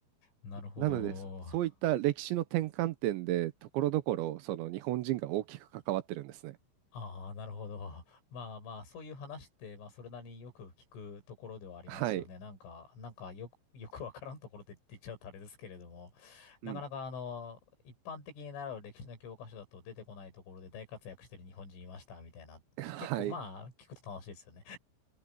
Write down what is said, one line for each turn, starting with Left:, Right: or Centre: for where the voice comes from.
Left: なるほど。
Right: なので、そそういった歴史の転換点で、ところどころ、その日本人が大きく関わってるんですね。
Left: ああ、なるほど。<laughs> まあまあ、そういう話って、まあ、それなりによく聞くところではありますよね。
Right: はい。
Left: なんか、なんかよく、よくわからんところでって言っちゃうとあれですけれども、なかなか、
Right: うん。
Left: あの、一般的に習う歴史の教科書だと出てこないところで大活躍してる日本人いました、みたいなって、
Right: <laughs> はい。
Left: 結構まあ、聞くと楽しいですよね。